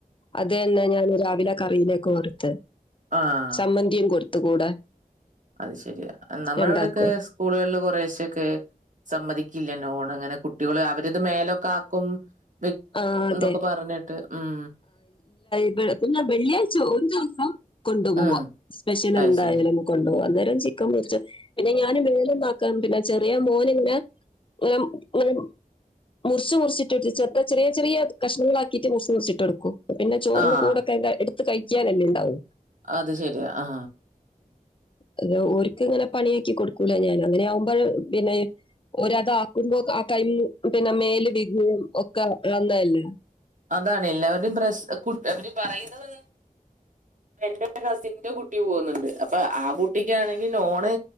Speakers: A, on the left (about 35°); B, on the right (about 60°).
A: അതനെ ഞാൻ രാവിലെ കറിയിലേക്കു കൊട്ത്ത്
B: ആഹ്
A: ചമ്മന്തിം കൊടുത്ത് ത്ത് കൂടെ
B: അത് ശരിയാ നമ്മടെവിടെക്കെ
A: ഉണ്ടാക്കും
B: സ്കൂളുകളില് കുറശ്ശൊക്കെ സമ്മതി ക്കില്ല ലോണ് അങ്ങനെ കുട്ടികള് അവരത് മേലൊക്കെ ആക്കും വി
A: ആ അതെ
B: എന്നൊക്കെ പറഞ്ഞിട്ട് ഉം
A: <unintelligible> രു ദിവസം കൊണ്ടുപോക
B: ഉം.
A: സ്പെഷ്യൽ
B: അത്
A: എന്തായാലും
B: ശരി.
A: കൊണ്ടുപകവാ അന്നേരം ചിക്കൻ മുച്ച് പിന്നെ ഞ അന് മേലന്നാക്കും പിന്നെ ചെറിയ മോനിങ്ങനെ <unintelligible> മുറിച്ച് മുറിച്ചിട്ട്ട്ട് ചെറ് ചെറിയ ചെറിയ കഷ്ണങ്ങളാക്കീട്ട് മുറ്ച്ച് മുറ്ച്ചിട്ടോട്ക്കും പിന്നെ ചോറ്ന്
B: ആഹ്.
A: കൂടെ ക ട്ത്ത് കഴിക്ക്യാനല്ലേണ്ടാവൂ
B: അത് ശരിയാ ആ
A: അത് ഒര്ക്ക്ങ്ങനെ പണിയാക്കി കൊട്ക്കൂല ഞാൻ അങ്ങനെയാവുമ്പൾ പിന്നെ ഒര്താക്കുമ്പോ ആ ടൈമ് പിന്നെ മേല് വികും ഒക്കെ ആവുന്നല്ലേ
B: അതാണ് എല്ലാവരും പ്രസ് കുട്ട് അവര് പറയുന്ന എന്റെ കസിന്റെ കുട്ടി പോകുന്നുണ്ട് അപ്പൊ ആ കുട്ടിക്കാണങ്കി നോണ്